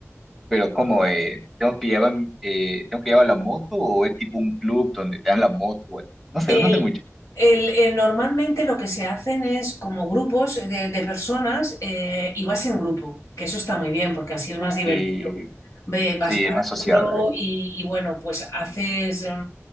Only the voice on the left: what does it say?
El-
el- el- normalmente lo que se hacen es como grupos de, de personas eh, y vas en grupo, que eso está muy bien porque así es más divertido.
Ve- vas
parando
y, y, bueno, pues haces, em,